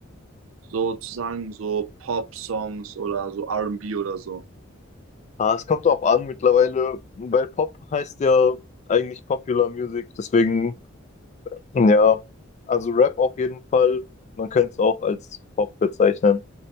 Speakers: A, on the right; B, on the left.
A: sozusagen so Pop-Songs oder so R&B oder so.
B: Ah, es kommt auch an mittlerweile, weil Pop heißt ja eigentlich Popular Music. Deswegen, ja, also Rap auf jeden Fall. Man könnte es auch als Pop bezeichnen.